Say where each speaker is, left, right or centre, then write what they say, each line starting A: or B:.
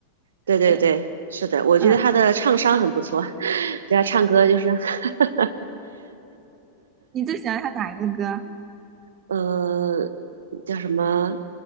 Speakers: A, on the right; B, on the right.
A: 对对对，
B: 对，
A: 是的，我觉得他的唱商很不错，
B: 嗯，
A: <laughs> 就他唱歌就是，<laughs>
B: 你最喜欢他哪一个歌？
A: 呃，叫什么，